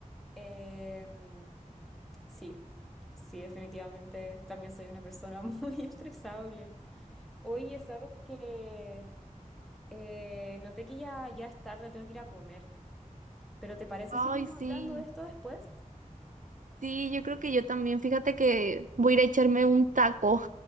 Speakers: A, in the centre; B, on the right (about 70°).
A: Em, sí, sí, definitivamente también soy una persona <laughs> muy estresable. Oye, ¿sabes qué? Eh, noté que ya, ya es tarde, tengo que ir a comer. ¿Pero te parece seguimos
B: Ay, sí.
A: hablando de esto después?
B: Sí, yo creo que yo también, fíjate que voy a ir a echarme un taco.